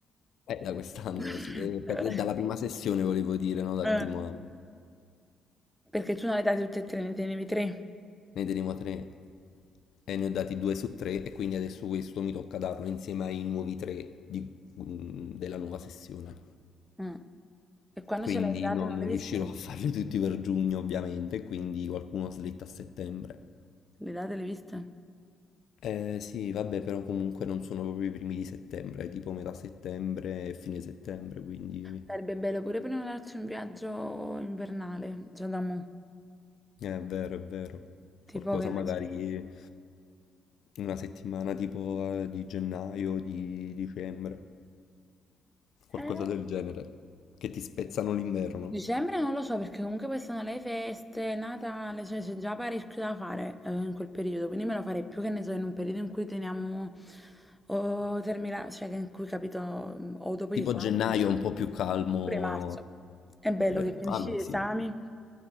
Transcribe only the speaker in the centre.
<laughs>
Eh.
Perché tu non le hai date tutte e tre, ne tenevi tre.
Mm. E quando
ce le hai date
non
le hai
viste?
Le date le hai viste?
Sarebbe bello pure prepararci un viaggio invernale, già da mo.
Tipo
che ne
so.
Eh,
dicembre non lo so perché comunque poi sono le feste, Natale, cioè c'è già parecchio da fare eh, in quel periodo, quindi me lo farei più che ne so in un periodo in cui teniamo o termina, cioè che in cui capito o dopo
gli esami,
pure marzo. È bello
che finisci
gli esami